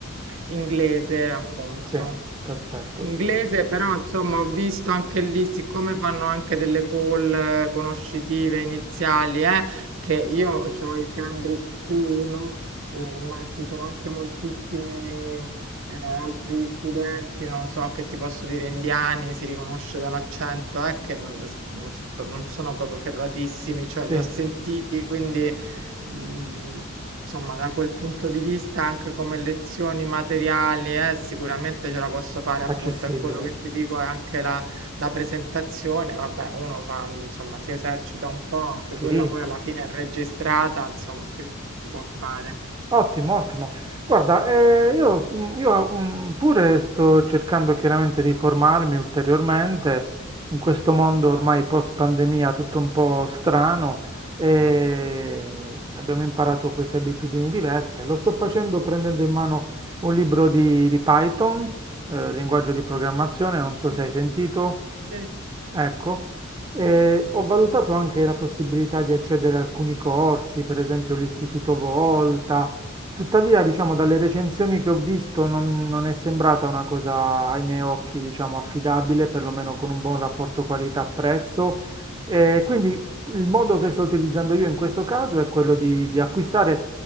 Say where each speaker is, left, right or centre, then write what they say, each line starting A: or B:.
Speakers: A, on the right; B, on the right.
A: Inglese, appunto.
B: Sì, perfetto.
A: Inglese, però, insomma, ho visto anche lì, siccome fanno anche delle call eh, conoscitive iniziali, eh, che io ho il Cambridge C1, eh, ma ci sono anche moltissimi eh, altri studenti, non lo so, che ti posso dire indiani, si riconosce dall'accento, eh, che non, non sto- non sono proprio ferratissimi, cioè
B: Sì,
A: li ho sentiti, quindi Mhmm, insomma da quel punto di vista anche come lezioni materiali, eh, sicuramente ce la posso fare appunto,
B: accessibile.
A: e quello che ti dico è anche la la presentazione, vabbè uno fa insomma si esercita un po', anche
B: Sì,
A: quella poi alla fine è registrata, insomma si può fare.
B: Ottimo, ottimo. Guarda, eh, io, mm, io, mm, pure sto cercando chiaramente di formarmi ulteriormente in questo mondo ormai post-pandemia tutto un po' strano e abbiamo imparato queste abitudini diverse. Lo sto facendo prendendo in mano un libro di, di Python, eh, linguaggio di programmazione, non so
A: Sì,
B: se hai sentito.
A: sì.
B: Ecco, eh, ho valutato anche la possibilità di accedere a alcuni corsi, per esempio l'Istituto Volta, tuttavia, diciamo, dalle recensioni che ho visto non, non è sembrata una cosa ai miei occhi, diciamo, affidabile, perlomeno con un buon rapporto qualità-prezzo. E quindi il modo che sto utilizzando io in questo caso è quello di, di acquistare